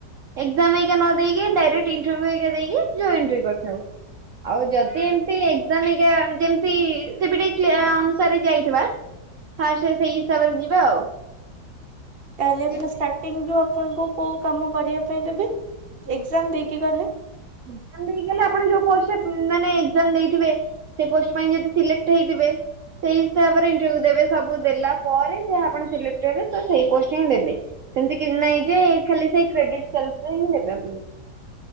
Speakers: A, on the right (about 65°); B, on the right (about 40°).
A: ଏକ୍ଜାମ ଏଇକିନା ନ ଦେଇକି ଡାଇରେକ୍ଟ ଇଣ୍ଟରଭିଉ ହେରିକା ଦେଇକି ଯଉ ଏନଟିରି କରିଥାଉ ଆଉ ଯଦି ଏମତି ଏକଜାମ ହେରିକା ଯେମତି ସି ବି ଟି ପ୍ଲେ-ଅନୁସାରେ ଯାଇଥିବା, ଫାଷ୍ଟ ସେଇ ହିସାବରେ ଯିବା ଆଉ।
B: ତାହେଲେ
A: ଯେମିତି
B: ଷ୍ଟାର୍ଟିଙ୍ଗ ରୁ ଆପଣଙ୍କୁ କୋଉ କାମ କରିବା ପାଇଁ ଦେବେ? ଏକ୍ଜାମ ଦେଇକି ଗଲେ?
A: ଏକ୍ଜାମ ଦେଇକି ଗଲେ, ଆପଣ ଯୋଉ ପୋଷ୍ଟ ରେ ମାନେ ଏକ୍ଜାମ ଦେଇଥିବେ ସେ ପୋଷ୍ଟ ପାଇଁ ଯଦି ସିଲେକ୍ଟ ହେଇଥିବେ ସେଇ ହିସାବରେ ଇଣ୍ଟରଭ୍ୟୁ ଦେବେ। ସବୁ ଦେଲା ପରେ, ଯାହା ଆପଣ ସିଲେକ୍ଟ ହେବେ ତ ସେଇ ପୋଷ୍ଟ ହଁ ଦେବେ। ସେମିତି କିଛି ନାଇଁ ଯେ, ଖାଲି ସେଇ କ୍ରେଡିଟ୍ ସେଲସରେ ହିଁ ନେବେ।